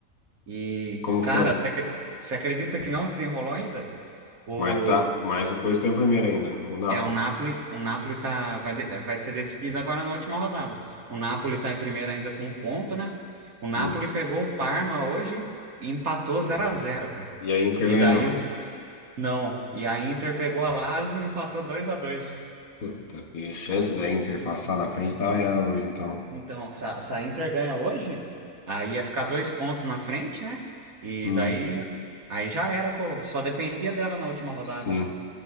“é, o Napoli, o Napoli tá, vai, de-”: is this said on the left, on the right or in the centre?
Right